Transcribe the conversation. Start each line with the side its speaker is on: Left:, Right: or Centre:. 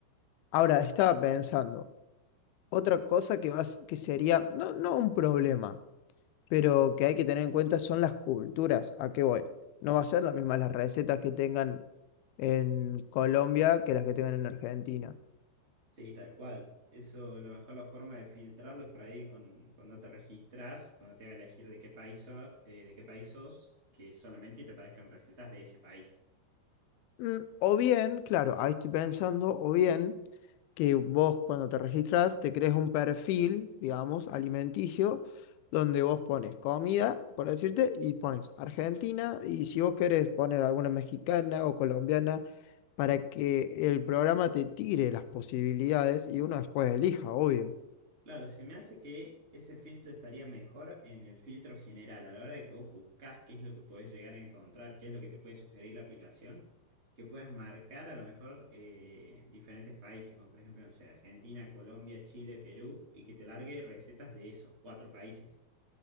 Left: Ahora, estaba pensando, otra cosa que vas, que sería, no, no un problema pero que hay que tener en cuenta son las culturas. ¿A qué voy? No va a ser las mismas las recetas que tengan en Colombia que las que tengan en Argentina.
Right: Sí, tal cual. Eso, a lo mejor la forma de filtrarlo es por ahí con, cuando te registras, cuando te va a elegir de qué país, so- eh, de qué país sos, que solamente te aparezcan recetas de ese país.
Left: Mm, O bien, claro, ahí estoy pensando, o bien. que vos cuando te registras te crees un perfil, digamos, alimenticio, donde vos pones comida, por decirte, y pones Argentina, y si vos querés poner alguna mexicana o colombiana, para que el programa te tire las posibilidades y uno después elija, obvio.
Right: Claro, se me hace que ese filtro estaría mejor en el filtro general, a la hora de que vos buscas qué es lo que podés llegar a encontrar, qué es lo que te puede sugerir la aplicación, que puedas marcar a lo mejor eh, diferentes países, como por ejemplo, no sé, Argentina, Colombia, Chile, Perú, y que te largue recetas de esos cuatro países.